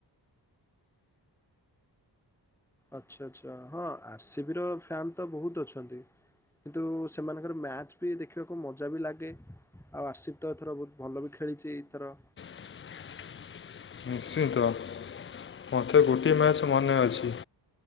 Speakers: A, in the centre; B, on the left.
A: ଆଚ୍ଛା ଆଚ୍ଛା, ହଁ ଆର ସିବି ର ଫ୍ୟନ୍ ତ ବହୁତ ଅଛନ୍ତି। କିନ୍ତୁ ସେମାନଙ୍କର ମ୍ୟାଚ ବି ଦେଖିବାକୁ ମଜା ବି ଲାଗେ ଆଉ ଆସିଫ ତ ଏଥର ବହୁତ ଭଲ ବି ଖେଳିଛି ଏଥର
B: <inaudible> ନିଶ୍ଚିନ୍ତ, ମତେ ଗୋଟିଏ ମ୍ୟାଚ୍ ମନେ ଅଛି।